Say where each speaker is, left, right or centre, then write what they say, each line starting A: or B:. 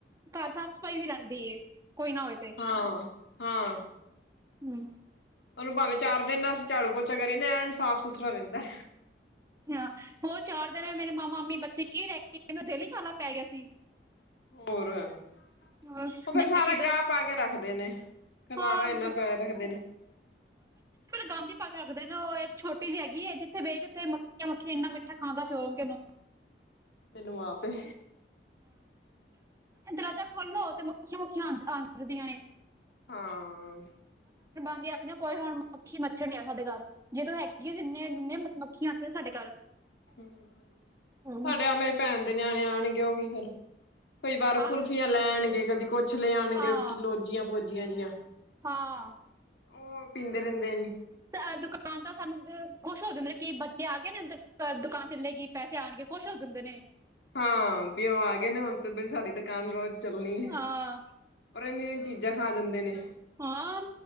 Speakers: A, on the right; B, on the left.
A: ਘਰ ਸਾਫ਼ ਸਫ਼ਾਈ ਵੀ ਰਹਿੰਦੀ ਏ, ਕੋਈ ਨਾ ਹੋਵੇ ਤੇ।
B: ਹਾਂ ਹਾਂ
A: ਹੂੰ
B: ਉਹਨੂੰ ਭਾਵੇਂ ਚਾਰ ਦਿਨ ਨਾਲ ਅਸੀਂ ਝਾੜੂ ਪੋਚਾ ਕਰੀਏ ਐਨ ਸਾਫ ਸੁਥਰਾ ਰਹਿੰਦਾ।
A: ਹ ਹੋਰ ਚਾਰ ਦਿਨ ਮੇਰੇ ਮਾਮਾ -ਮਾਮੀ ਬੱਚੇ ਕੀ ਰਹਿ ਕੇ ਗਏ ਮੇਰਾ ਦਿਲ ਈ ਕਾਹਲਾ ਪੈ ਗਿਆ ਸੀ।
B: ਹੋਰ ਉਹ
A: ਹਾਂ,
B: ਫੇਰ
A: ਮੈਂ
B: ਸਾਰਾ
A: ਕਿਦੋਂ
B: ਗਾਹ ਪਾ ਕੇ ਰੱਖਦੇ ਨੇ, ਖਲਾਰਾ
A: ਹਾਂ
B: ਇੰਨਾ
A: ਗ-
B: ਪਾਇਆ ਰੱਖਦੇ ਨੇ। <unintelligible>
A: ਗੰਦ ਈ ਪਾ ਕੇ ਰੱਖਦੇ ਨੇ ਉਹ ਇੱਕ ਛੋਟੀ ਜਿ ਹੈਗੀ ਹੈ ਜਿੱਥੇ ਬਹਿ ਕੇ ਉੱਥੇ ਮੱਖੀਆਂ ਮੱਖੀਆਂ ਇੰਨਾ ਮਿੱਠਾ ਖਾਣ ਦਾ ਸ਼ੌਕ ਐ ਇਹਨੂੰ।
B: ਮੈਨੂੰ ਆ ਪਏ।
A: ਦਰਵਾਜਾ ਖੋਲੋ ਤੇ ਮੱਖੀਆਂ ਮੁੱਖੀਆਂ ਆ ਜਾਂਦੀਆਂ ਨੇ।
B: ਹਾਂ,
A: ਕਹਿੰਦੇ ਆਖਦੇ ਕੋਈ ਹੁਣ ਮੱਖੀ ਮੱਛਰ ਨੀ ਆ ਸਾਡੇ ਘਰ ਜਦੋਂ ਹੈਗੀ ਆ ਜਿੰਨੇ ਇੰਨੇ ਮੱਖੀਆਂ ਸੀ ਸਾਡੇ ਘਰ।
B: ਸਾਡੇ
A: ਹੂੰ
B: ਆ ਮੇਰੇ ਭੈਣ ਦੇ ਨਿਆਣੇ ਆਣਗੇ ਉਹ ਵੀ ਫੇਰ ਕਈ ਬਾਰ
A: ਹਾਂ
B: ਕੁਲਫੀਆਂ ਲੈਣਗੇ ਕਦੀ ਕੁੱਛ ਲੈ ਆਣਗੇ
A: ਹਾਂ
B: ਕਿ ਲੋਜੀਆਂ ਪੋਜੀਆਂ ਜਿਆ
A: ਹਾਂ
B: ਉਹ ਪੀਂਦੇ ਰਹਿੰਦੇ ਨੀ
A: ਅ ਦੁਕਾਨ ਤਾਂ ਸਾਨੂੰ ਖੁਸ਼ ਹੋ ਜਾਂਦੇ ਕਿ ਬੱਚੇ ਆ ਗਏ ਨੇ ਦੁਕਾਨ ਚਲੇਗੀ ਪੈਸੇ ਆਉਣਗੇ ਕੁੱਛ ਹੋ ਜਾਂਦੇ ਨੇ
B: ਹਾਂ ਵੀ ਉਹ ਆ ਗਏ ਨੇ ਹੁਣ ਤੇ ਵੀ ਸਾਡੀ ਦੁਕਾਨ ਰੋਜ਼ ਚੱਲਣੀ ਹੈ
A: ਹਾਂ
B: ਪਰ ਇੰਨੀ ਚੀਜ਼ਾਂ ਖਾ ਜਾਂਦੇ ਨੇ
A: ਹਾਂ